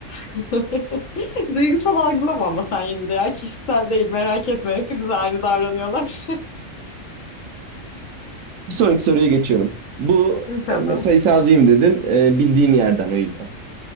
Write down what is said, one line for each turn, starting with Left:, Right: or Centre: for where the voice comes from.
Left: <laughs> Duygusal algılama ama sen yine de ya. Kişisel değil merak etme. Hepimiz aynı davranıyorlar.
Right: Bir sonraki soruya geçiyorum. Bu
Left: <laughs> Hı, Tamam.
Right: e, sayısalcıyım dedin, e, bildiğin yerden o yüzden.